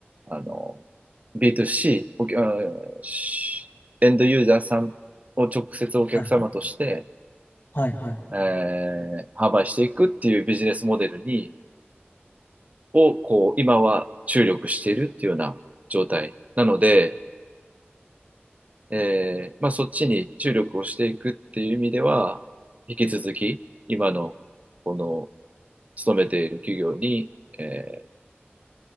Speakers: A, on the right; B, on the left.
A: あの、ビー2 c お客うんしエンドユーザーさんを直接お客様として、
B: はいはいはい。
A: えー販売していくっていうビジネスモデルに、を、こう、今は注力しているっていうような状態なので、えーまあ、そっちに注力をしていくっていう意味では、引き続き、今の、この、勤めている企業に、えー